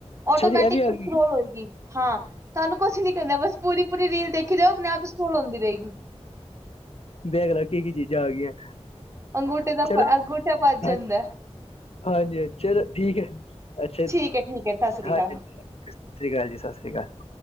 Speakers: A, on the left (about 60°); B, on the right (about 25°).
A: ਅੱਛਾ
B: ਆਟੋਮੈਟਿਕ
A: ਜੀ ਇਹ ਵੀ ਆ ਗਈ
B: ਲ ਹੋਏਗੀ ਹਾਂ ਤੁਹਾਨੂੰ ਕੁਛ ਨੀ ਕਹਦੇ ਬਸ ਪੂਰੀ ਪੂਰੀ ਰੀਲ ਦੇਖੀ ਲਓ ਆਪ ਸੋਲ ਹਉਂਦੀ ਰਹੇਗੀ
A: ਬੈਗ ਲ ਕੀ ਕੀ ਚੀਜ਼ਾਂ ਆ ਗਈਆਂ
B: ਅੰਗੂਠੇ ਦਾ
A: ਚਲੋ
B: ਅੰਗੂਠਾ ਭੱਜ ਜਾਂਦਾ
A: ਅੱ ਹਾਂਜੀ ਹਾਂਜੀ ਚਲੋ ਠੀਕ ਹੈ ਅੱਛਾ
B: ਠੀਕ ਹੈ ਠੀਕ ਹੈ ਸਤਿ ਸ੍ਰੀ
A: ਹਾਂਜੀ
B: ਅਕਾਲ
A: ਸਤਿ੍ਰੀ ਅਕਾਲ ਜੀ ਸਤਿ ਸ਼੍ਰੀ ਅਕਾਲ